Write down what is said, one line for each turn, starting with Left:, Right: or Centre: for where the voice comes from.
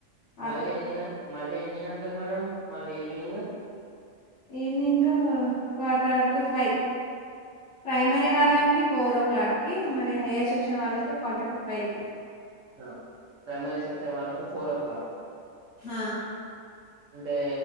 Left: అటు
Right: మళ్ళీ ఎన్ని గ మళ్ళీ ఎన్ని గంటలకు మేడం మళ్ళీ evening
Left: evening quarter to five
Right: quarter
Left: primary
Right: to five
Left: వాళ్ళక్ కి ఫోరో క్లాక్ కి మళ్ళి హైయర్ సెక్షన్ వాళ్ళకి క్వార్టర్ టు ఫై కి
Right: హ ప్రైమరీ సెక్షన్ వాళ్ళకు ఫోరో క్లాక్ కు
Left: హు
Right: అంటే